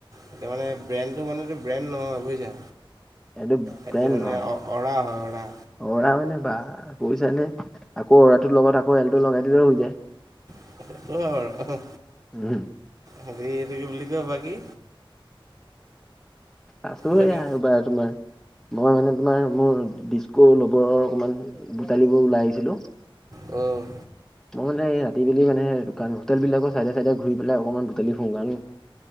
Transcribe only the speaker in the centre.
এইটো
ব্ৰেণ্ড
নহয়
অ'ৰা মানে বা বুইছানে, আকৌ অ'ৰাটোৰ লগত আকৌ এলটো লগাই দিলেও হৈ যায়।
উম,
আছো
এয়া ৰ'বা তোমাৰ। মই মানে তোমাৰ মোৰ ডিস্কো ল'বৰ অকমান <unintelligible> ওলাই আহিছিলোঁ।
মই মানে এই ৰাতি বেলি মানে দোকান হোটেল বিলাকৰ চাইডে- চাইডে ঘূৰি পেলাই অকণমান বুটালি ফুৰোঁ কাৰণ